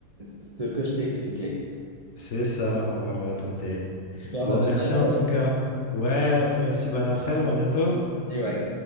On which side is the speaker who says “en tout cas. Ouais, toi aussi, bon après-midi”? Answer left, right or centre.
Left